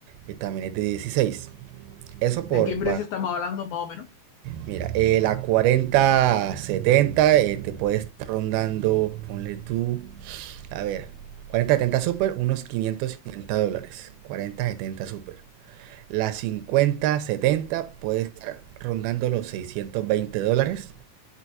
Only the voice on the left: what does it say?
¿De
qué precio estamos hablando más o menos?